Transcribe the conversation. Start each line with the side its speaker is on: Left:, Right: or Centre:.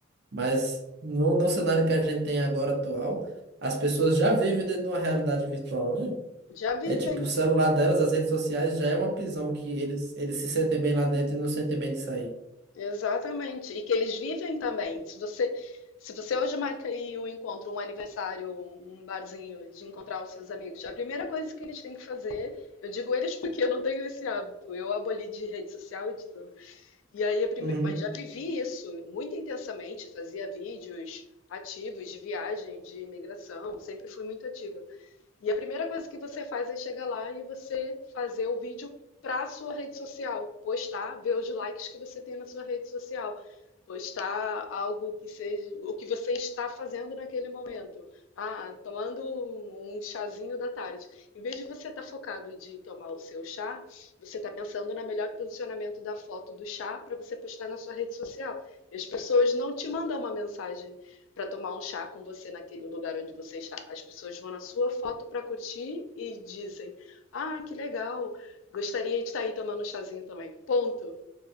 Right: Mas no, no cenário que a gente tem agora atual, as pessoas já vivem dentro de uma realidade virtual, né?
Left: já vivem,
Right: É tipo, o celular delas, as redes sociais, já é uma prisão que eles, eles se sentem bem lá dentro e não sentem bem de sair.
Left: exatamente. E que eles vivem também. Se você, se você hoje marca aí um encontro, um aniversário, um um barzinho de encontrar os seus amigos, a primeira coisa que eles têm que fazer, eu digo eles porque eu não tenho esse hábito, eu aboli de rede social e de tudo. E aí, a prime-
Right: Uhum.
Left: mas já vivi isso muito intensamente, fazia vídeos ativos de viagem, de imigração, sempre fui muito ativa. E a primeira coisa que você faz é chegar lá e você fazer o vídeo para a sua rede social, postar, ver os likes que você tem na sua rede social, postar algo que seja o que você está fazendo naquele momento. Ah, tomando um um chazinho da tarde. Em vez de você estar focado de tomar o seu chá, você está pensando no melhor posicionamento da foto do chá para você postar na sua rede social. E as pessoas não te mandam uma mensagem para tomar um chá com você naquele lugar onde você está. As pessoas vão na sua foto para curtir e dizem: Ah, que legal, gostaria de estar aí tomando um chazinho também. Ponto.